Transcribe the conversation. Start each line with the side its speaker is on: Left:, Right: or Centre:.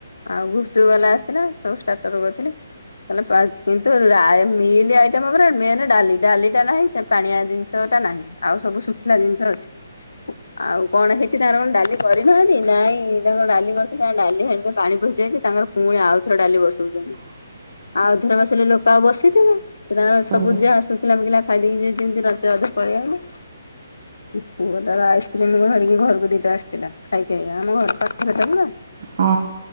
Left: ଆଉ ଗୁପଚୁପ୍ ବାଲା ଆସିଥିଲା ସବୁ ଷ୍ଟାଟର୍ କରିଥିଲେ। ତାଲେ ପା କିନ୍ତୁ ରା ମିଲ୍ ଆଇଟ ଓପରେ ମେନ୍ ଡାଲି ଡାଲିଟା ନାହିଁ ସେ ପାଣିଆ ଜିନିଷଟା ନାହିଁ ଆଉ ସବୁ ଶୁଖିଲା ଜିନିଷ ଅଛି ଆଉ କଣ ହେଇଚି ତାଙ୍କର କଁ ଡା ଲି କରିନାହାନ୍ତି ନାଇଁ ତାଙ୍କର ଡାଲି କରିଥିଲେ ତାଙ୍କ ଡାଲି ହାଣ୍ଡିରେ ପାଣି ପଶିଯାଇଚି ତାଙ୍କର ପୁଣି ଆଉଥରେ ଡାଲି ବସଉଚନ୍ତି।
Right: ହ <inaudible>
Left: ଆଉ ଥରେ ବସେଇଲେ ଲୋକ ଆଉ ବସିଥିବେ? ସେ ତାଙ୍କ
Right: ସେଇଆ
Left: ସବୁ ଯାହା ଶୁଖିଲା ମୁକିଲା ଖାଇଦେଇକି ଯିଏ ଯେମତି ରାତି ଅଧେ ପଳେଇବେ ନା ପୁଅ ତାର ଆଇସ୍କ୍ରିମ୍ ଧରିକି ଘରୁକୁ ଦିଟା ଆସିଥିଲା ଖାଇ ଖାଇକା ଆମ ଘର ପାଖରେ ତ ପୁରା।
Right: ହଁ।